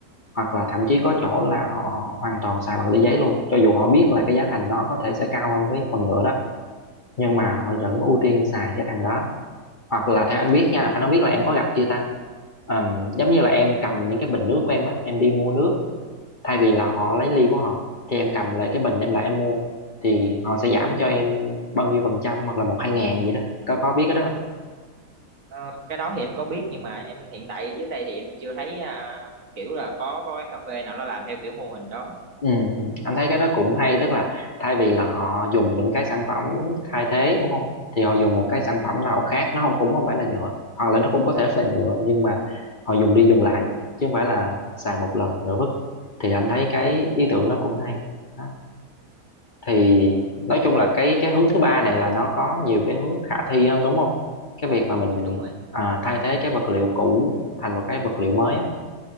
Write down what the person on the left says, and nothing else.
hoặc là thậm chí có chỗ là họ hoàn toàn xài bằng ly giấy luôn cho dù họ biết là cái giá thành nó có thể sẽ cao hơn cái phần nhựa đó nhưng mà họ vẫn ưu tiên xài cái thằng đó hoặc là theo anh biết nha anh không biết là em có gặp chưa ta Ờm, giống như là em cầm những cái bình nước của em á em đi mua nước thay vì là họ lấy ly của họ thì em cầm lại cái bình em lại em mua thì họ sẽ giảm cho em bao nhiêu phần trăm hoặc là một hai ngàn gì đó có có biết cái đó
Ừ, ừ. anh thấy cái đó cũng hay tức là thay vì là họ dùng những cái sản phẩm thay thế đúng không thì họ dùng một cái sản phẩm nào khác nó không cũng không phải là nhựa hoặc là nó cũng có thể <laughs> là nhựa nhưng mà họ dùng đi dùng lại chứ không phải là xài một lần rồi vứt thì anh thấy cái ý tưởng đó cũng hay đó. thì nói
chung là cái cái hướng thứ ba này là nó có nhiều cái hướng khả thi hơn đúng không cái việc mà mình
à, thay thế cái vật liệu cũ thành một cái vật liệu mới á,